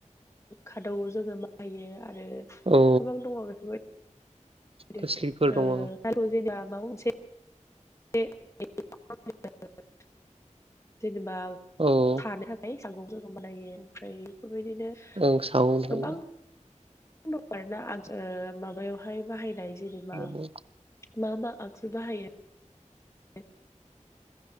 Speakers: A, on the left; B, on the right.
A: खादौ जोङो बाहायो आरो।
B: औ
A: गोबां दङ बेफोरबायदिनो
B: खोस्लिफोर दङ औ
A: जेनेबा माबा मोनसे <unintelligible> जेनबा
B: औ
A: सानो थाखाय सागं जों बानायो। ओमफ्राय बेफोरबायदिनो
B: आं सागंजों
A: गोबां दं आरोना आ माबायावहाय बाहायनाय जेनेबा
B: औ
A: मा मा आगजु बाहायो द